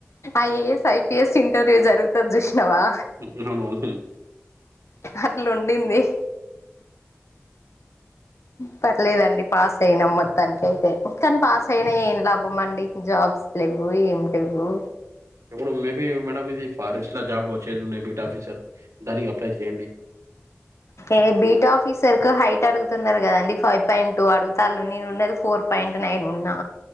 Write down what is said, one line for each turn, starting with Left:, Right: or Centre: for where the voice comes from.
Left: I A S I P S interview జరుగుతది జూశ్నవా
Right: అవునువును ఊ
Left: అట్లుండింది. పర్లేదండి పాస్ అయిన మొత్తాన్కైతే కానీ పాస్
Right: మొత్తానికి
Left: అయిన ఏం లాభం అండి జాబ్స్ లెవ్వు ఏం లెవ్వూ
Right: ఇప్పుడు మేబీ మేడం ఇది ఫారెస్ట్ ల జాబ్ వచ్చేది ఉన్నాయి బీట్ ఆఫీసర్ దానికి అప్లై చేయండి
Left: ఏ బీట్ ఆఫీసర్ కు హైట్ అడుగుతున్నరు గదండి ఫై పాయింట్ టూ అడుగుతాల్లు నేను ఉండేది ఫోర్ పాయింట్ నైన్ ఉన్నా